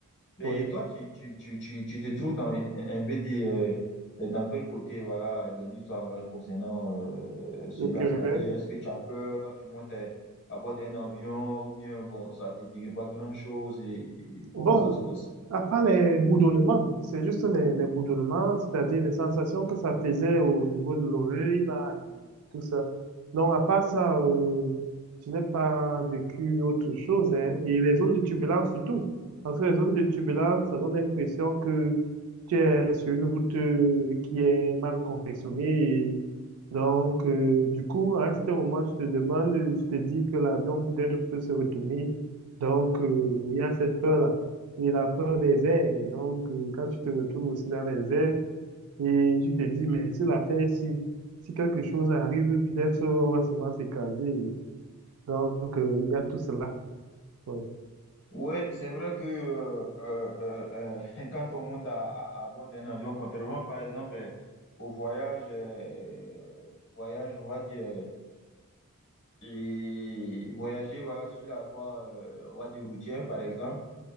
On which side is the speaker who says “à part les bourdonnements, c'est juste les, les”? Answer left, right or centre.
Right